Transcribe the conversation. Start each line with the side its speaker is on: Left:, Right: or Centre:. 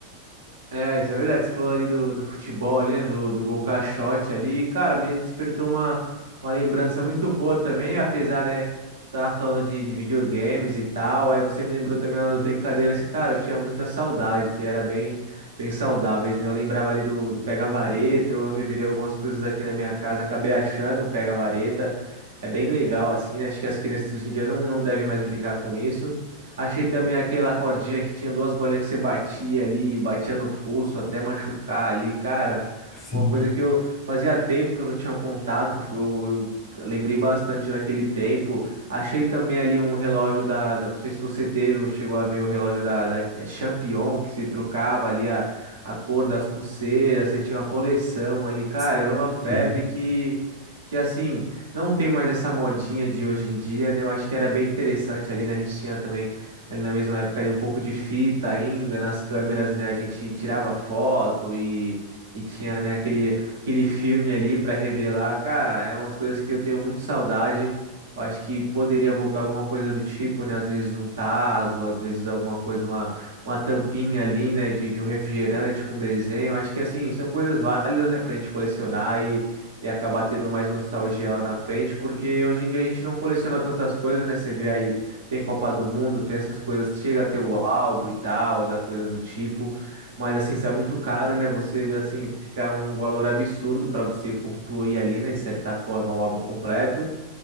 Right: É, isso é verdade. Você falou ali do, do futebol ali, né, do, do gol caixote ali. Cara, me despertou uma, uma lembrança muito boa também, apesar, né, tava falando de, de videogames e tal. Aí você me lembrou também umas brincadeiras que, cara, eu tinha muita saudade, que era bem, bem saudáveis, né? Eu lembrava ali do, do pega-vareta, eu revirei algumas coisas aqui na minha casa, acabei achando um pega-vareta. É bem legal, assim, né? Acho que as crianças hoje em dia não, não devem mais brincar com isso. Achei também aquela cordinha que tinha duas bolinhas que você batia ali, batia no pulso até machucar ali, cara.
Left: Sim,
Right: Uma coisa que eu fazia tempo que eu não tinha contato, eu, eu lembrei bastante daquele tempo. Achei também ali um relógio da, da- não sei se você teve ou chegou a ver o relógio da, da Champion, que se trocava ali a, a cor das pulseiras, você tinha uma coleção ali, cara,
Left: Sim,
Right: era uma febre
Left: sim.
Right: que, que assim, não tem mais essa modinha de hoje em dia, né? Eu acho que era bem interessante ali, né? A gente tinha também ali na mesma época ali um pouco de fita ainda nas câmeras, né? A gente tirava foto e, e tinha, né, aquele, aquele filme ali para revelar. Cara, é umas coisas que eu tenho muito saudade. Eu acho que poderia voltar alguma coisa do tipo, né? Às vezes um tazo, às vezes alguma coisa, uma, uma tampinha ali, né? De, de um refrigerante com desenho. Acho que assim, são coisas válidas, né, pra gente colecionar e, e acabar tendo mais nostalgia lá na frente, porque hoje em dia a gente não coleciona tantas coisas, né? Você vê aí tem Copa do Mundo, tem essas coisas, chega a ter o álbum e tal, das coisas do tipo, mas assim, isso é muito caro, né? Você assim, fica um valor absurdo para você concluir ali, né, de certa forma, o álbum completo.